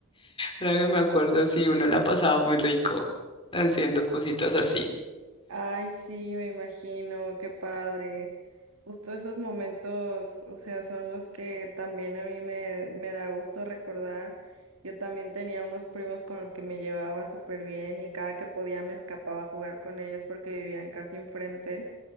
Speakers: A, on the left (about 25°); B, on the right (about 70°).
A: Ahora que me acuerdo, sí, uno la pasaba muy rico haciendo cositas así.
B: Ay, sí, me imagino, qué padre. Justo esos momentos, o sea, son los que también a mí me, me da gusto recordar. Yo también tenía unos primos con los que me llevaba súper bien y cada que podía me escapaba a jugar con ellos porque vivían casi enfrente.